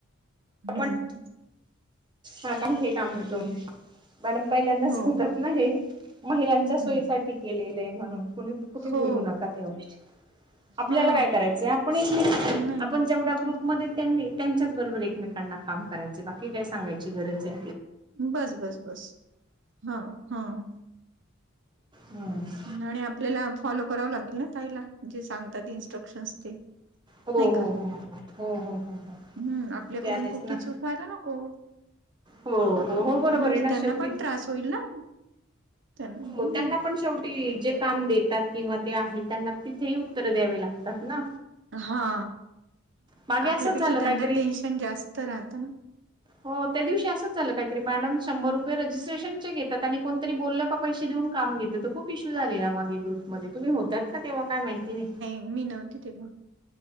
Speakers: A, on the right; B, on the right.
A: हम्म
B: आपण का हे काम करतो. मॅडम पहिल्यांदा
A: हो
B: सांगतात
A: हो
B: ना हे. महिलांच्या
A: हम्म
B: सोयीसाठी केलेलंय म्हणून. कुणी कुठे
A: हो
B: बोलू नका त्या गोष्टी. आपल्याला
A: हा
B: काय करायचंय. आपण एकमेकी
A: नाही
B: आपण जेवढा ग्रुप मध्ये त्यांनी त्यांच्याच बरोबर एकमेकांना काम करायचय. बाकी काय सांगायची गरजे.
A: बस बस बस. ह ह.
B: ह.
A: आणि आपल्याला फॉलो करावं लागेल ना ताईला. जे सांगतात इन्स्ट्रक्शन्स ते.
B: हो
A: नाही
B: हो
A: का
B: हो. हो हो हो हो.
A: हम्म. आपल्याकडून
B: ते आहेच
A: कुठली
B: ना
A: चूक व्हायला नको.
B: हो हो हो
A: म्हणजे
B: बरोबर आहे ना
A: त्यांना
B: शेवटी
A: पण त्रास होईल ना. त्यांना
B: हो
A: हम्म
B: त्यांना पण शेव ते जे काम देतात. किंवा ते आहे. त्यांना तिथेही उत्तर द्यावे लागतात ना.
A: हा,
B: मागे
A: आपल्यापेक्षा
B: असंच झालं
A: त्यांना
B: काहीतरी
A: टेन्शन जास्त राहतं ना.
B: हो त्या दिवशी असंच झालं काहीतरी. मॅडम शंभर रुपये रजिस्ट्रेशनचे घेतात. आणि कोणतरी बोल पैसे देऊन काम घेत त खूप इश्यू झालेला मागे ग्रुप मध्ये. तुम्ही होतात का तेव्हा काय माहिती नाही.
A: मी तिथे बघ.